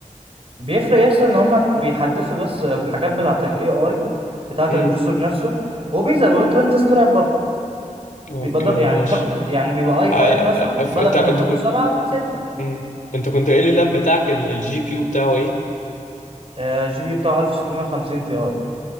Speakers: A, on the right (about 45°); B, on the left (about 75°).
A: بيفرق يس ان هما بيحدثوا بس الحاجات بتاعه الاي اي بتاعه
B: امم
A: البروسيسور نفسه وبيزودوا ترانزستورات برضه
B: اوكي
A: بيبقى دق... يعني
B: ماشي
A: الدقة يعني بيبقى اي
B: آه...
A: 5 مثلا
B: آه، ف-
A: بدل
B: انت
A: ما
B: انت
A: دقته
B: كنت
A: 7 6
B: امم انت كنت قايل لي اللاب بتاعك الجي بي يو بتاعه ايه
A: آه جي بي بتاعه 1650 تي اي